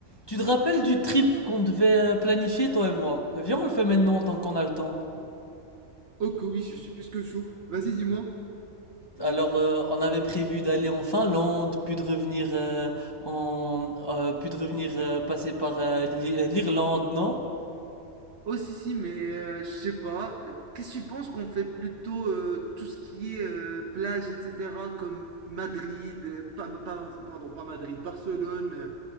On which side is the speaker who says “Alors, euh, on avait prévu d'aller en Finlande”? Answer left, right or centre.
Left